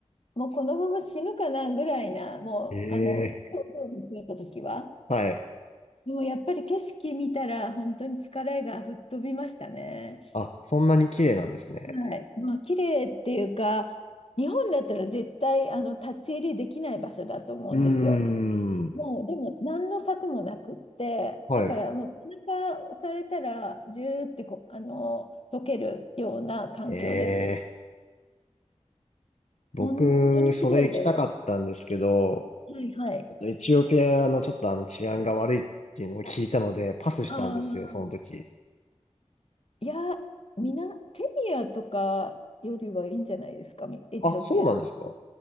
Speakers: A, on the left; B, on the left.
A: もう、このまま死ぬかなぐらいな、もう、
B: ええ
A: あの、東京に着いた時は。
B: はい。
A: でも、やっぱり景色見たら、本当に疲れが吹っ飛びましたね。
B: あ、そんなに綺麗なんですね。
A: はい。まあ、綺麗っていうか、日本だったら絶対あの立ち入りできない場所だと思うんですよ。
B: うーん。
A: もう、でも何の策もなくって、
B: はい。
A: だからもう背中を押されたら、ジューってこう、あの、溶けるような環境ですよ。
B: ええ、僕、
A: 本当に綺麗で。
B: それ行きたかったんですけど、
A: はいはい。
B: エチオピアのちょっとあの治安が悪いっていうのを聞いたので、パスしたんですよ、
A: ああ。
B: その時。
A: いや、みな、ケニアとかよりはいいんじゃないですか、みエチオピアの。
B: あ、そうなんですか